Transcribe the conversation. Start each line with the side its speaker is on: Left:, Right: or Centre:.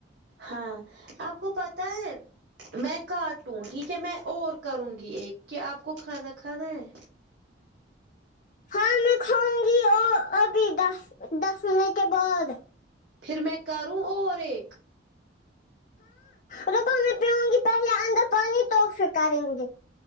Right: ہاں آپ کو پتا ہے میں کاٹوں ٹھیک ہے میں اور کروں گی ایک کیا آپ کو کھانا کھانا ہے
Left: کھانا کھاؤں گی اور ابھی دس دس منٹ کے بعد
Right: پھر میں کروں اور ایک
Left: ربا میں پیؤں گی پہلے اندر پانی تو پھر کرے گے